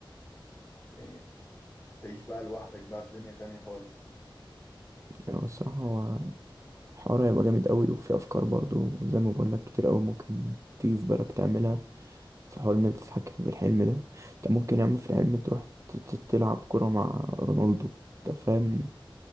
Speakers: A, on the left; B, on the right.
A: يعني تعيش بقى لوحدك بقى في دنيا تانية خالص
B: يعني الصراحة هو الحوار هيبقى جامد قوي وفي افكار برضو زي ما بقول لك كتير قوي ممكن تيجي في بالك تعملها في حوار ان انت تتحكم في الحلم ده انت ممكن يا عم في الحلم تروح ت- ت- تلعب كرة مع رونالدو انت فاهم